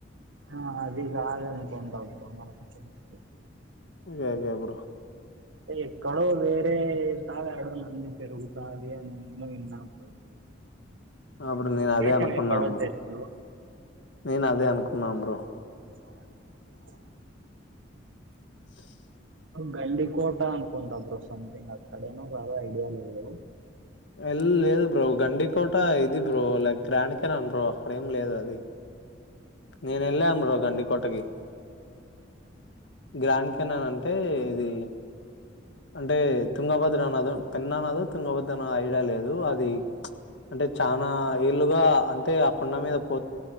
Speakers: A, on the right; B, on the left.
A: ఆ అదిగాదనుకుంటా బ్రో నాకు తెలిసి
B: యా యా బ్రో
A: అది ఎక్కడోది టే తాగాడో నంది పెరుగుతాది అని నే ఇన్నా బ్రో
B: అప్పుడు
A: బట్
B: నేను
A: లొకేషన్
B: అదే అనుకున్నా
A: ఎక్కడో
B: బ్రో
A: తెలీదు
B: నేను అదే అనుకు న్నా బ్రో
A: సోహెబ్ <inaudible>
B: <inaudible>
A: గండి కోట అనుకుంట బ్రో సథింగ్ అక్కడేనో కాదో ఐడియా లేదు
B: ఎల్ లేదు బ్రో గండి కోట ఇది బ్రో లైక్ క్రనికరణ్ బ్రో అక్కడేం లేద అది నేనెలాన్ బ్రో గండి కోటకి గ్రాంకినా అం అంటే ఇది అంటే తుంగభద్ర నద పెన్ననదో తుంగభద్రనదో ఐడియా లేదు అది ప్చ్ అంటే చానా ఏళ్ళగా అంటే ఆ కుండ మీద పో